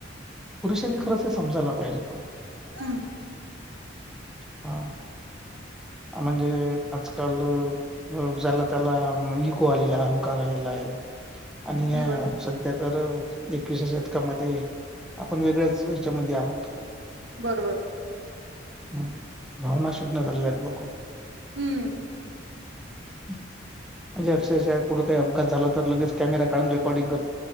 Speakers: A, in the centre; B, on the right (about 65°).
A: पुरुषांनी खरंच हे समजायला पाहिजे पण
B: हम
A: हा. म्हणजे आजकाल अ जला तेला इगो आलेला अहंकार आलेला आहे. आणि
B: बरोबर
A: सध्या तर एकविसा शतकामध्ये आपण वेगळ्याच हेच्यामध्ये आहोत
B: बर बर.
A: हम् भावना शुद्ध झालेल्या आहेत लोक
B: हम्म.
A: म्हणजे अक्षरश कुठे काय अपघात झाला तर लगेच कॅमेरा काढून रेकॉर्डिंग कर